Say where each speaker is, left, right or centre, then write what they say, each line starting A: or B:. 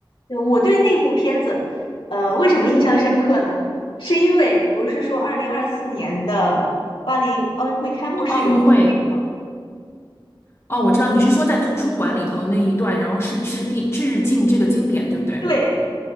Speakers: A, on the left; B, on the left.
A: 我对那部片子呃为什么印象深刻呢？是因为不是说二零二四年的巴黎奥运会开幕式有致敬吗？
B: 奥运会。哦，我知道你是说在图书馆里头那一段，然后是致敬致敬这个经典，对不对？
A: 对，